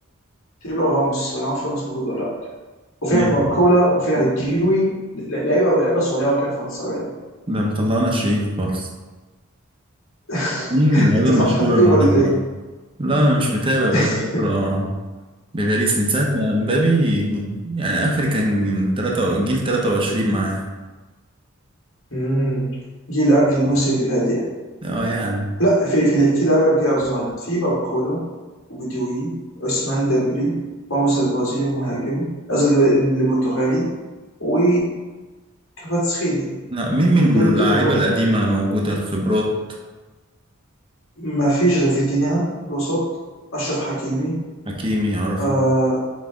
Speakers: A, on the left; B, on the right.
A: تقريبا راموس انا ما اعرفش راموس موجود ولا لا وفيها
B: مين؟
A: باركولا وفيها ديوي ل- لعيبه لعيبه صغيره كده فرنساويه
B: ده مطلعنا شيء خالص
A: <laughs>
B: مين من اللعيبة
A: انت
B: المشهورة
A: ما تعرفش حد فيهم
B: اللي
A: ولا
B: نعرفها؟
A: ايه؟
B: لا أنا مش متابع
A: <laughs>
B: بقالي فترة بباريس من ساعة ما مبابي يعني آخر كان تلاتة جيل 23 معاه
A: امم جيل قبل الموسم اللي فات يعني
B: اه يعني
A: لا في في في لعيبه كتير ظهرت في باركولا وبديوي عثمان ديمبلي راموس البرازيلي المهاجم قصدي البرتغالي و كفاراتسخيليا
B: لا مين من
A: دول
B: اللعيبة
A: دول هجوم بولا
B: القديمة موجودة الخبرات
A: ما فيش غير فيتينها الوسط اشرف حكيمي
B: حكيمي عرفي
A: آه